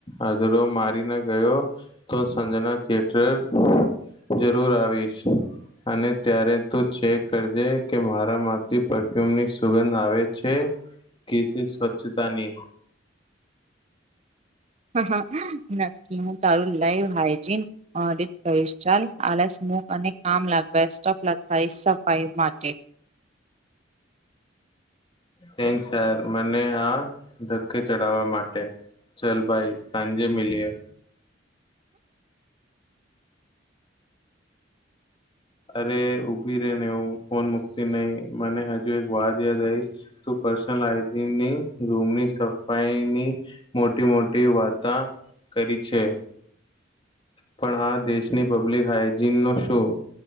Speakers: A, on the left; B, on the right.
A: અદરો મારીને ગયો તો સંજના શે ઠ જરૂર આવીશ. અને ત્યારે તું ચેક કરજે કે મારા માંથી પરફ્યુમની સુગંધ આવે છે. કેસી સ્વચ્છતાની.
B: હા નક્કી હું તારું લાઈવ હાયજીન અ ડી કહીશ ચાલ આલસ મુક અને કામ લાગ બેસ્ટ ઓફ લક ભાઈ સફાઈ માટે.
A: થેન્ક ચાલ મને આ ધક્કે ચડાવવા માટે. ચલ બાઈ સાંજે મલીએ. અરે ઉભી રે ને હું ફોન મુકતી નહી મને હજુ એક વાત યાદ આઈ. તું પર્સનલ હાઈજીની રૂમની સફાઈની મોટી મોટી વાતા કરી છે. પણ આ દેશની પબ્લિક હાઈજીન નો શું?